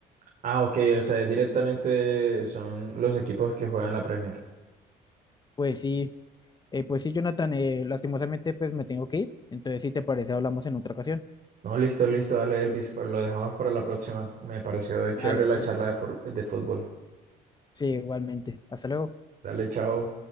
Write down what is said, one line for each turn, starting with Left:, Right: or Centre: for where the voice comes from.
Right: Ah, ok, o sea, directamente son los equipos que juegan la Premier.
Left: Pues sí, eh, pues sí, Jonathan, eh, lastimosamente pues me tengo que ir, entonces si te parece hablamos en otra ocasión.
Right: No, listo, listo, dale Elvis, pues, lo dejamos para la próxima. Me pareció chévere
Left: Vale, ok.
Right: la charla de, fur- de fútbol.
Left: Sí, igualmente. Hasta luego.
Right: Dale, chao.